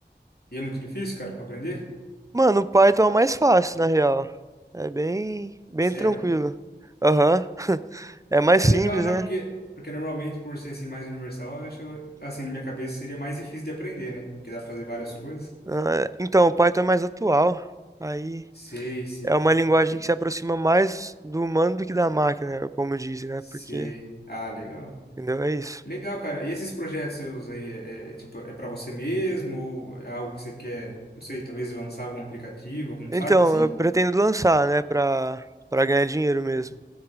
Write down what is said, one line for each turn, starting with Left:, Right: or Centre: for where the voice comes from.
Left: E é muito difícil, cara, pra aprender?
Right: Mano, o Python é o mais fácil, na real. É bem, bem
Left: Sério?
Right: tranquilo. Aham. <laughs> É mais
Left: Ah,
Right: simples,
Left: legal, não,
Right: né?
Left: porque, porque normalmente, por ser assim mais universal, eu acho, que eu- assim, na minha cabeça seria mais difícil de aprender, né? Porque dá pra fazer várias coisas.
Right: Ah, Então, o Python é mais atual. Aí
Left: Sei, sei.
Right: é uma linguagem
Left: E-
Right: que se aproxima mais do humano do que da máquina, como dizem, né?
Left: Sei.
Right: Porque,
Left: Ah, legal.
Right: entendeu? É isso.
Left: Legal, cara. E esses projetos seus aí, é, é, é, tipo, é pra você mesmo ou é algo que você quer, não sei, talvez lançar algum aplicativo, algum
Right: Então,
Left: site assim?
Right: eu pretendo lançar, né, Pra para ganhar dinheiro mesmo.